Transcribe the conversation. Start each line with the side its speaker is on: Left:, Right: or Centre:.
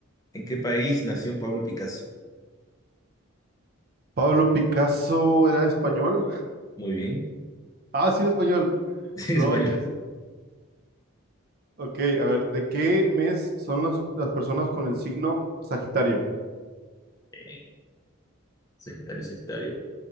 Left: ¿en qué país nació Pablo Picasso?
Right: Pablo Picasso era español.
Left: Muy bien.
Right: Ah, sí, era español.
Left: <laughs> Sí,
Right: No
Left: Español.
Right: manches. Ok, a ver, ¿de qué mes son las las personas con el signo Sagitario?
Left: Eh, Sagitario, Sagitario.